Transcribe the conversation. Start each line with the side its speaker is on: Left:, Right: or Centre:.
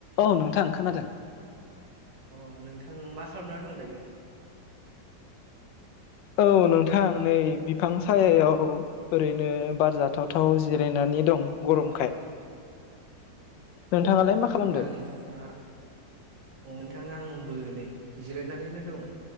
Left: औ नोंथां खोनादों।
Right: अ नोंथां मा खालामना दं दायो?
Left: औ नोंथां नै बिफां सायाव ओरैनो बार जाथावथाव जिरायनानै दं गरमखाय। नोंथाङालाय
Right: अ ह
Left: मा खालामदों?
Right: बिदिब्ला नोंथाङा अ ओनथां आंबो नै जिरायनानैनो दं